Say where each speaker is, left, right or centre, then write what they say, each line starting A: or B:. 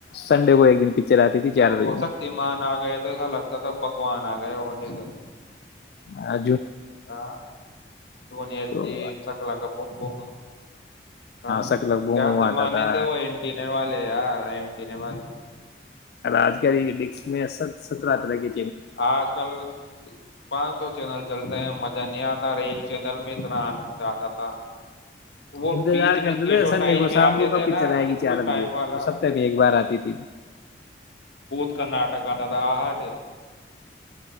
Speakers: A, on the left; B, on the left.
A: سنڈے کو ایک دن پکچر آتی تھی چار
B: وہ
A: بجے
B: سکتیمان آ گئے تھ ایسا لگتا تھا بگوان آ گیا ہو جس
A: ہاں
B: ہ جونی ایر
A: تو
B: جی سکلا کا پومپوم ہاں
A: سک لگبوں
B: کیا
A: میں
B: جمانے
A: آتا تھا
B: تھے وہ اینٹینے والے یار ارنٹین والے
A: آج گ بس میں سترہ طرح کی
B: آج کل پانچ تو چینل چلتے ہیں مزہ نہیں آتا اور ایک چینل میں اتنا آند آتا تھا وہ
A: انتظار
B: بیچ
A: کرتے
B: میں
A: تھے
B: ایڈورٹائز
A: سنڈے کو
B: بھی
A: شام
B: آتے
A: کو کبھی
B: تھے نا
A: چل آئے گی
B: اسکول
A: چار
B: ٹائم
A: بجے
B: والا
A: تو سفتے میں ایک بار آتی تھی
B: بھت کرناٹک تھا تھاہ آ ہٹ